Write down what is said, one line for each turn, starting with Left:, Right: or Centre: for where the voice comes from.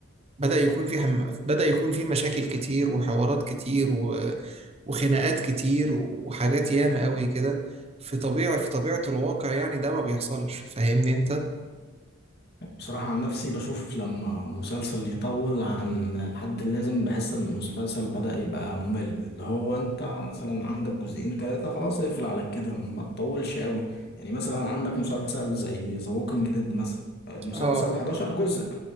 Right: بدأ يكون فيه هم... بدأ يكون فيه مشاكل كتير وحوارات كتير و... وخناقات كتير وحاجات ياما قوي كده في طبيعة في طبيعة الواقع يعني ده ما بيحصلش فاهمني انت
Left: بصراحة عن نفسي بشوف لما مسلسل يطول عن الحد اللازم بحس إن المسلسل بدأ يبقى ممل اللي هو أنت مثلا عندك جزئين تلاتة خلاص اقفل على كده ما تطولش أوي يعني مثلا عندك مسلسل زي ذا ووكينج ديد مثلا المسلسل
Right: اه
Left: 11 جزء